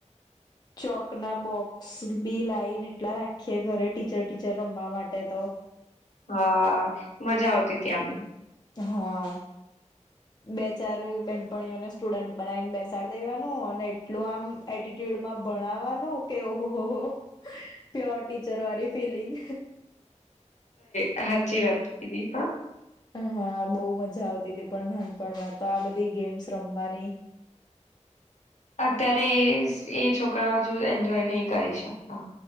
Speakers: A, on the left; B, on the left.
A: ચોક ના બોક્સ બી લાઈને એટલા રાખીએે ઘરે, ટીચર ટીચર રમવા માટે તો
B: હા, મજા આવતી ત્યામને
A: હા, બે ચાર બેનપણીઓને સ્ટુડન્ટ બનાવીને બેસાડી દેવાનું અને એટલું આમ એટીટ્યુડમાં ભણાવવાનું કે ઓ હો ઓ પ્યોર ટીચર વાળી ફિલિંગ.
B: સાચી વાત કીધી હા
A: હા, બોવ મજા આવતી હતી પણ નાનપણમાં તો આ બધી ગેમ્સ રમવાની
B: અત્યારે એ છોકરાઓ એન્જોય નહી કરી શકતા.